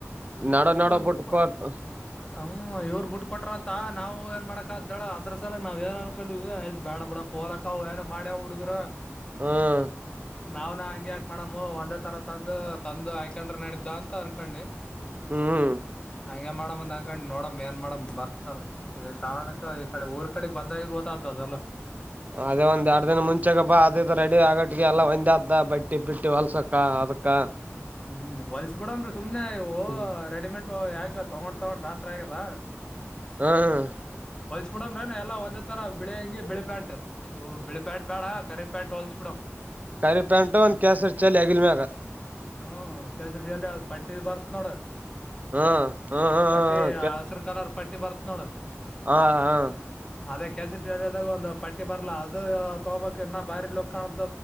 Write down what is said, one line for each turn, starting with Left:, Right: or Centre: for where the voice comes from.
Right: ನಡು ನಡು
Left: ಇವರು
Right: ಬಿಟ್
Left: ಬಿುಟ್ಟಕ
Right: ಕೊಟ್
Left: ಹ ಇವ್ರು ಬಿಟ್ಟ ಕೊಟ್ರ ಅಂತ ನಾವು ಏನ್ ಮಾಡಾಕ ಅ್ದಳ ಅದ್ರ ಸಲ ನಾವವು ಏನು ಅನ್ಕೊಂಡ್ವಿಯ್ ಬೇಡ ಬ ಬಿಡ ಪೋಲಕ್ಕ ಅವ ಏನ ಮಾಡ್ಯಾವ್ ಹುಡುಗರು
Right: ಹ್ಮ್
Left: ನಾವ್ನ ಹಂಗ ಯಾಕ ಮಾಡಮ್ಮ ಒಂದೇ ತರ ತಂದು ತಂದಂದು ಆಯಕೊಂಡ್ರ ನಡ್ದ ಅಂತ ಅನ್ಕೊಂಡಿ
Right: ಹ್ಮ್
Left: ಹಗೆ ಮಾಡಮ್ ಅಂದ ಹಂಗ ಕ ನೋಡಮ್ ಏನ್ ಮಾಡಮ್ ಬರ್ತಾರ ಇದ ಶಣ ಈ ಕಡೆ ಊರ್ ಕಡೆ ಬಂದಾಗ ಗೊತ್ತಾದ್ದದಲ್ಲ
Right: ಅದೇ ಒಂದ್ ಎರಡ್ ದಿನ ಮುಂಚೆಾಗ ಬಾ ಅದದು ರೆಡಿ ಆಗಟ್ ಎಲ್ಲ ಒಂದ್ ಬಟ್ಟಿ ಬಿಟ್ಟಿ ಹೊಲ್ಸಕ ಅದಕ್ಕ
Left: ಹ್ಮ್ ಹೊಲ್ಸ ಬಿಡಮರಿ ಸುಮ್ನೆ ಇವು
Right: ಹ್ಮ್
Left: ರೆಡಿಮೇಟ್ ಇ ಯಾಕ ತಗೊಂಡ್ ತಗೊಂಡ್ ಬೇಸರ ಆಗದ
Right: ಹ್ಮ್
Left: ಬಿಡಮ್ರೇ ನ ಎಲ್ಲ ಒಂದ್ತ್ತರ ಬಿಳಿ ಹಂಗಿ ಬಿಳಿ ಪ್ಯಾಂಟ್ ಬಿಳಿ ಪ್ಯಾಂಟ್ ಬ್ಯಾಡ ಕರಿ ಪ್ಯಾಂಟ್ ಹೊಲ್ಸ್ ಬಿಡಮ್
Right: ಕ ಪ್ಯಾಟ ಕಸರ್ ಚಲ ಅಗಲ್ಮಗ
Left: ಹ್ಮ ಕೇಜ್ರಜಲ್ಲಿ ಅ್ ಪಟ್ಟಿ ಬರ್ತ್ ನೋಡ
Right: ಹ್ಮ್ ಹ್ಮ್ ಹ್ಮ್
Left: ಪಟ್ಟಿ ಹಸಿರು ಕಾಲರ್ ಪಟ್ಟಿ ಬರ್ತ್ ನೋಡು
Right: ಹಾ ಹಾ
Left: ಅದೇ ಕೆೇಸರಿ ಶಾಲದಾಗ ಒಂದು ಪಟ್ಟಿ ಬರ್ಲ ಅದು ತಗಬಬೇಕಕ್ ಇನ್ನ ಬಾರಿ ಲುಕ್ ಕಾಣ